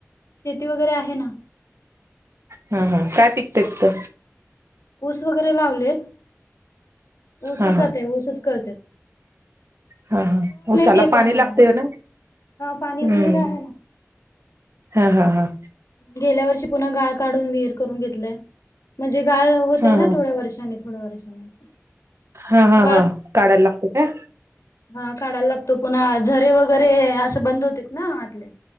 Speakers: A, on the left; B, on the right.
A: शेती वगैरे आहे ना
B: हा हा काय पिकते तिथं
A: ऊस वगैरे लावलेत. ऊसंच
B: हा
A: जातं ऊसच करळत
B: हां हां उसाला
A: ते
B: पाणी
A: पण हा
B: लागतेय ना हम्म
A: पाणी विहीर आहे ना
B: हां हां हां
A: गेल्या वर्षी पुन्हा गाळ काढून विहीर करून घेतलाय म्हणजे गाळ होतंय
B: हा
A: ना थोड्या वर्षानी थोड्या वर्षानी असं
B: हां हां
A: गाळ
B: ह काढायला लागत का
A: हा काढायला लागतो पुन्हा झरे वगैरे असं बंद होते ना आतले